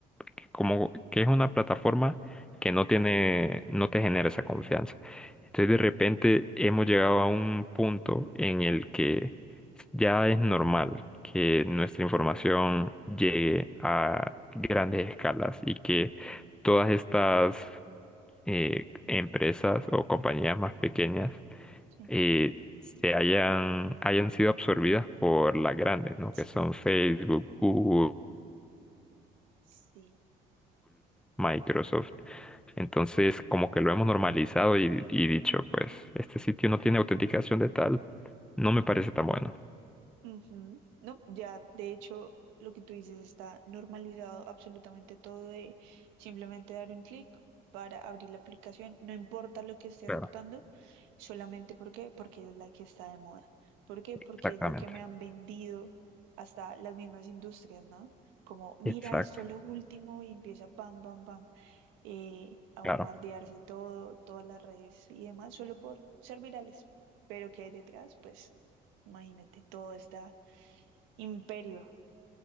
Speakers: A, in the centre; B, on the right (about 80°).
A: que como que es una plataforma que no tiene, no te genera esa confianza. Entonces de repente hemos llegado a un punto en el que ya es normal que nuestra información llegue a grandes escalas y que
B: ujú,
A: todas estas eh, empresas o compañías más pequeñas
B: sí,
A: eh, se hayan, hayan sido absorbidas por las grandes, ¿no?
B: sí,
A: Que son Facebook, Google,
B: sí.
A: Microsoft. Entonces, como que lo hemos normalizado y, y dicho, pues, este sitio no tiene autenticación de tal, no me parece tan bueno.
B: Ujú. No, ya, de hecho, lo que tú dices está normalizado absolutamente todo de simplemente dar un clic para abrir la aplicación, no importa lo que esté
A: Claro,
B: aceptando solamente porque porque es la que está de moda. ¿Por qué? Porque
A: exactamente.
B: es lo que me han vendido hasta las mismas industrias, ¿no? Como, mira,
A: Exacto,
B: esto es lo último y empieza pam, pam, pam, eh, a
A: claro.
B: bombardearse todo, todas las redes y demás, solo por ser virales. Pero ¿qué hay detrás? Pues imagínate, todo está imperio.